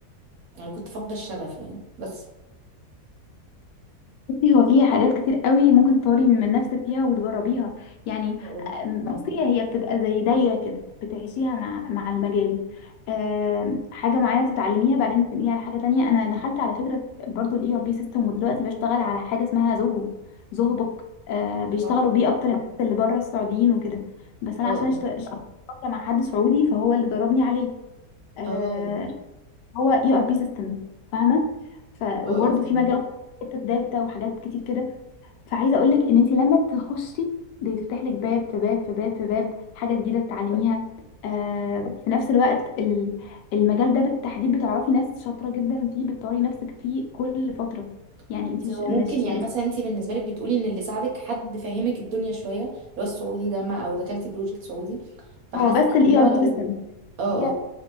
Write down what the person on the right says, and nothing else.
انا كنت فاقده الشغف يعني بس
اه
اه
اه
اه
اه فهمك
بس
هو
ممكن يعني مثلا انت بالنسبه لك بتقولي ان اللي ساعدك حد فاهمك الدنيا شويه اللي هو السعودي ده ما او دخلتي بروجكت سعودي فحاسه
ان هو
لو
اه